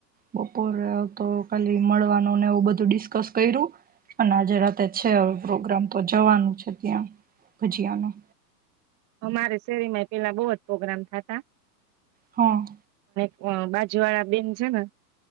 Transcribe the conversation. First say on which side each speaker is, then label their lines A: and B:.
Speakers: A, on the right; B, on the right.
A: બપોરે તો ખાલી મળવાનુંને એવું બધું ડિસ્કસ કર્યું અને આજે રાતે છે પ્રોગ્રામ તો જવાનું છે ત્યાં ભજીયાનું.
B: અમારે શેરી માંય પહેલાં બહુ જ પ્રોગ્રામ થતા
A: હા!
B: આ બાજુવાળા બેન છે ને